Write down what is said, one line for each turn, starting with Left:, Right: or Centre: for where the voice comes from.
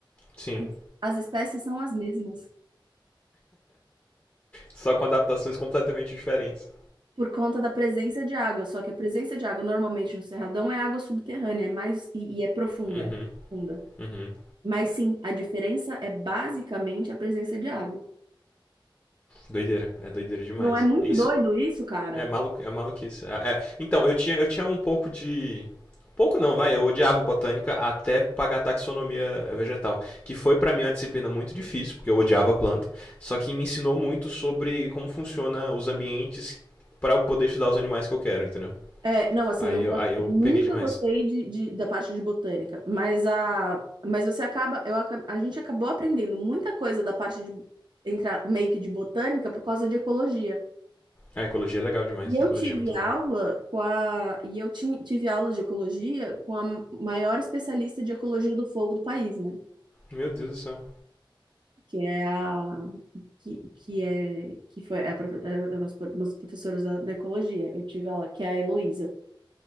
Left: Sim.
Right: As as espécies são as mesmas.
Left: Só com adaptações completamente diferentes.
Right: Por conta da presença de água, só que a presença de água normalmente no Cerradão é água subterrânea, é mais e, e é profunda,
Left: Uhum,
Right: é profunda.
Left: uhum.
Right: Mas sim, a diferença é basicamente a presença de água.
Left: Doideira, é doideira demais.
Right: Não é muito
Left: Isso
Right: doido isso, cara?
Left: é, malu é maluquice. É, é- Então, eu tinha, eu tinha um pouco de. Pouco não, vai. Eu odiava botânica até pagar taxonomia vegetal. Que foi pra mim uma disciplina muito difícil, porque eu odiava planta. Só que me ensinou muito sobre como funciona os ambientes pra eu poder estudar os animais que eu quero, entendeu?
Right: É, não, assim,
Left: Aí
Right: eu não
Left: eu,
Right: gosto,
Left: aí eu
Right: eu nunca
Left: peguei demais.
Right: gostei de, de- da parte de botânica, mas a, mas você acaba, eu, aca- a gente acabou aprendendo muita coisa da parte de, entre a- meio que de botânica por causa de ecologia.
Left: A ecologia é legal demais,
Right: E
Left: a
Right: eu
Left: ecologia
Right: tive
Left: é muito bom.
Right: aula com a, e eu ti- tive aula de ecologia com a maior especialista de ecologia do fogo do país, né?
Left: Meu Deus do céu.
Right: Que é a que, que é que foi é a, profe- é é uma das pro- umas professoras da, da ecologia. Eu tive aula que é a Heloísa.